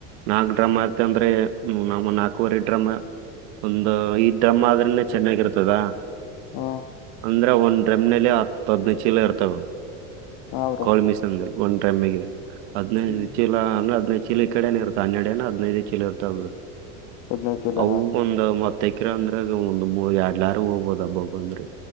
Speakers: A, on the right; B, on the left.
A: ನಾಕ್ ಡ್ರಮ ಆತ ಅಂದ್ರೆ ನಮ್ಮ ನಾಕುವರೆ. ಡ್ರಮ್ಮ ಒಂದು ಈ ಡ್ರಮ್ಮ ಆದ್ರನೆ ಚೆನ್ನಾಗಿರ್ತದಾ.
B: ಹಾ
A: ಅಂದ್ರೆ ಒಂದ್ ಡ್ರಮ್ನಲಿ ಹತ್ತ ಹದ್ನ ಚೀಲ ಇರ್ತವ.
B: ಹಾ ಬ್ರೋ
A: ಕ್ವಾಲ್ಮಿ ಸಂದಲ್ ಒನ್ ಟೈಮಿಗಿದೆ. ಹದಿನೈದು
B: ಹ್ಮ್
A: ಚೀಲ ಅಂದ್ರೆ ಹದಿನೈದ ಚೀಲ ಈಕಡೆೇನೆ ಇರುತ್ತ ಹನ್ನೆಡೇನ ಹದಿನೈದೆ ಚೀಲ ಇರ್ತವ ಬ್ರೋ
B: ಹದ್ನೈದು ಚೀಲನಾ
A: ಅವುಕೊಂದ ಮತ್ತ. ಹತ್ತೇಕ್ರೆ ಅಂದ್ರಾಗ ಒಂದ್ ಮೂ ಯಾಡ್ಲಾರಿ ಹೋಗಬೋದ ಅಬ್ಬಬ್ಬಾ ಅಂದ್ರೆ.